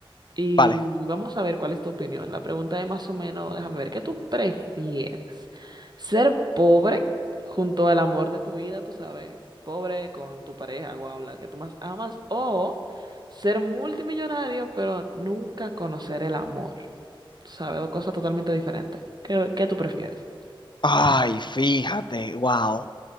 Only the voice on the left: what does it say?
Vale.
Ay, fíjate, wow.